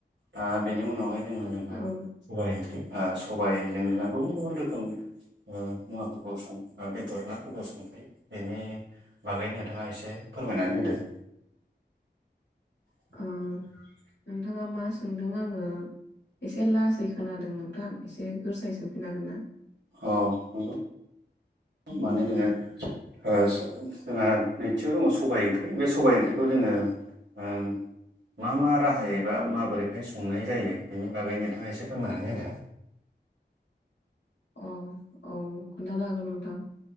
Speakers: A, on the right (about 75°); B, on the left (about 80°).
A: दा बेनि उनावहाय जोङो जोंहा
B: औ
A: सबाइ ओंख्रि ओ सबाइजों जोंहा गुबुन गुबुन रो खोम ओ मुवाफोरखौ सं बेदर नाफोरखौ संफायो। बेनि बागै नोंथाङा एसे फोरमायनानै होदो। <inaudible>
B: ओ नोंथाङा मा सोंदों आङो एसे लासै खोनादों नोंथां एसे गोरसायै सोंफिननो हागोन ना?
A: औ नंगौ मानो होनो ओ स जोंहा नैथियाव दङ सबाइ ओंख्रै बे सबाइ ओंख्रैखौ जोङो ओं मा मा राहायैबा माबोरैहाय संनाय जायो बिनि बागै नोंथाङा एसे फोरमायनानै होदो।
B: औ औ खोन्थानो हागोन नोंथां।